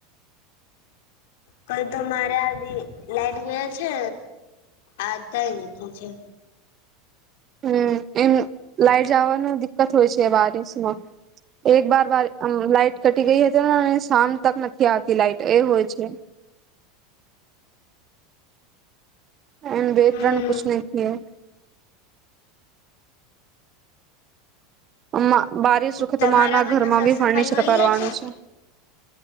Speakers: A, on the left; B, on the right.
A: કઈ તો મારા બી. લાઈટ ગયા છે આતાય નથી છે.
B: હમ એમ લાઈટ જવાનું દિકકત હોય છે બિસમાં એક વાર વા મ લાાઈટ કટી ગઈ હતી ને અને શામ તક નથી આવતી લાઈટ એ હોય છે. એ બેતરણ
A: હમ
B: કુછ નહી કિયા હૈ. આમાં બારીસ સુખે
A: તમારા
B: તો મા ના
A: ઘરના
B: ઘરમાં
A: સાફ
B: બી
A: સફાઈ
B: ફર્નિચર
A: હોય
B: કરવાનું
A: ગયા
B: છે.